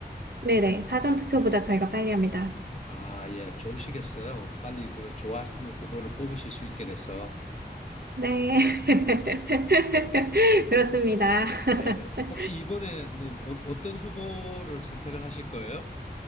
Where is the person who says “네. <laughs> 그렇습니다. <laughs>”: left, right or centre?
Right